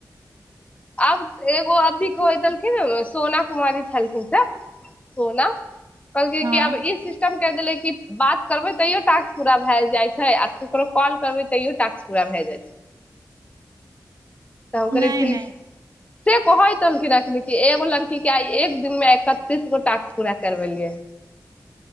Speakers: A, on the left; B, on the right.
A: आब एगो अब भी कहैतेलखिन सोना कुमारी छलखिन से सोना कहलक
B: हँ
A: कि आब ई सिस्टम कहे छैलय द कि बात करबै तैयो टास्क पूरा भए जाइ छै आ ककरो कॉल करबै तैयो टास्क पूरा भए जाइ छै तब हम कहली
B: नहि
A: ठीक
B: नहि
A: छै से कहैतलखिनखन एगो लड़की के आइ एक दिन मे एकतीस गो टास्क पूरा करबेलियै